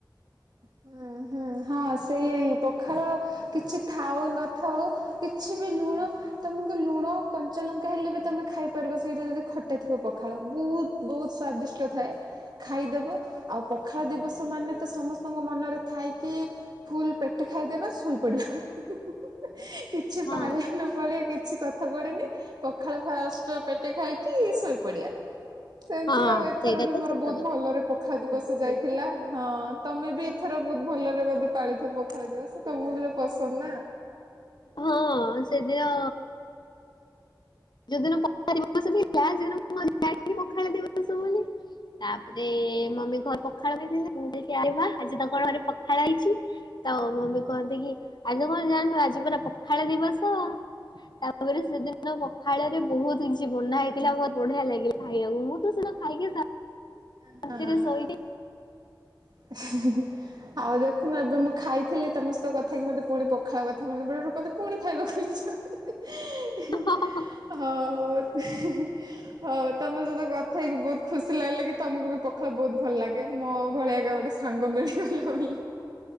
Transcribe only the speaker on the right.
ହୁଁ ହୁଁ ହଁ ସେଇ ପଖାଳ କିଛି ଥାଉ ନଥାଉ କିଛି ବି ଲୁଣ ତୁମକୁ ଲୁଣ କଞ୍ଚାଲଙ୍କା ହେଲେ ବି ତମେ ଖାଇପାରିବ ସେଇଟା ଯଦି ଖଟା ଥିବ ପଖାଳ ବହୁତ ବହୁତ ସ୍ଵାଦିଷ୍ଟ ଥାଏ ଖାଇଦେବ ଆଉ ପଖାଳ ଦିବସ ମାନେ ତ ସମସ୍ତେ ଆପଙ୍କ ମନରେ ଥାଇକି ଫୁଲ ପେଟ ଖାଇଦେବା ଶୋଇ ପଡିବା <unintelligible> କିଛି
ପାଳିଆ ନ ପାଳିଆ କି କିଛି କଥା ପଡୁନି ପଖାଳ ଫାଷ୍ଟ ପେଟ ଖାଇକି ଶୋଇପଡିଆ ସେମିତି
ଆଉ ଏଥର
ବି
ମୋର
ବହୁତ
ଭଲରେ ପଖାଳ ଦିବସ ଯାଇଥିଲା ହଁ। ତମେ ବି ଏଥର ବହୁତ ଭଲରେ ବୋଧେ ପାଳିଥିବ ପଖାଳ ଦିବସ ତମକୁ ବି ତ ପସନ୍ଦ ନା।
<unintelligible>
<unintelligible> ଆଉ ଦେଖୁନ ଏବେ ମୁଁ ଖାଇଥିଲି ତମସ୍ତଙ୍କ କଥା କି ମତେ ପୁଣି ପଖାଳ କଥା ମନେ ପଳିବ ମୋତେ ପୁଣି ଖାଇକୁ ଇଚ୍ଛା <unintelligible>
ଅ ତମ ସହିତ କଥା ହେଇକି ବହୁତ ଖୁସି ଲାଗିଲା କି ତମକୁ ବି ପଖାଳ ବହୁତ ଭଲ ଲାଗେ ମୋ ଭଳିଆ ଗୋଟେ ସାଙ୍ଗ ମିଳିଗଲା ବୋଲି